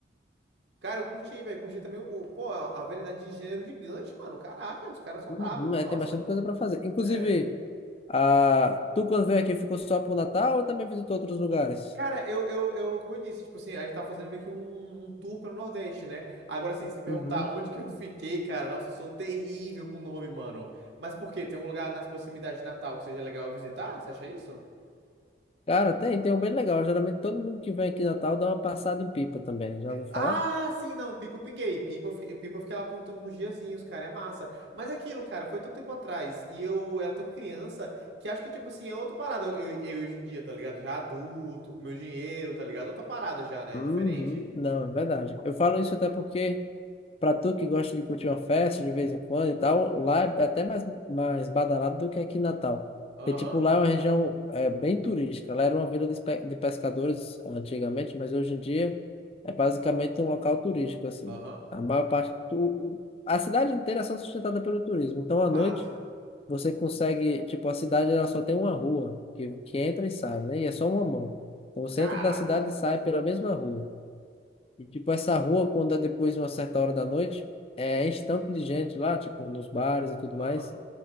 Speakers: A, on the right; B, on the left.
A: Cara, eu curti, velho. Curti também o. Pô, a a variedade de gênero gigante, mano. Caraca, os caras são
B: Uhum.
A: brabos.
B: É,
A: Nossa.
B: tem bastante coisa para fazer. Inclusive,
A: É.
B: a, tu quando veio aqui ficou só pro Natal ou também visitou outros lugares?
A: Cara, eu, eu, eu, como eu disse, tipo assim, a gente tá fazendo meio que um, um tour pelo Nordeste, né? Agora, assim, se perguntar
B: Uhum.
A: onde que eu fiquei, cara, nossa, eu sou terrível com o nome, mano. Mas por quê? Tem um lugar nas proximidades de Natal que seja legal eu visitar? Você acha isso?
B: Cara, tem, tem um bem legal. Geralmente todo mundo que vem aqui em Natal dá uma passada em Pipa também. Já ouviu
A: Ah,
B: falar?
A: sim, não, Pipa eu pinguei. Pipa eu fiquei, Pipa eu fiquei lá por um- uns diazinhos, cara, é massa. Mas é aquilo, cara, foi tanto tempo atrás e eu era tão criança que acho que, tipo assim, é outra parada eu, eu hoje em dia, tá ligado? Já adulto, com meu dinheiro, tá ligado? Outra parada já, né?
B: Uhum.
A: Diferente.
B: Não, é verdade. Eu falo isso até porque Pra tu que gosta de curtir uma festa de vez em quando e tal, lá é até mais, mais badalado do que aqui em Natal.
A: Aham,
B: E, tipo, lá é uma região é, bem turística. Lá era uma vila de, espe- de pescadores antigamente, mas hoje em dia é basicamente um local turístico, assim.
A: aham,
B: A maior parte... tu- o- a cidade inteira é só sustentada pelo turismo. Então, à
A: massa.
B: noite, você consegue... Tipo, a cidade ela só tem uma rua que, que entra e sai, né? E é só uma mão. Então, você
A: Caraca!
B: entra da cidade e sai pela mesma rua. E, tipo, essa rua, quando é depois de uma certa hora da noite, é enche tanto de gente lá, tipo, nos bares e tudo mais,
A: Aham,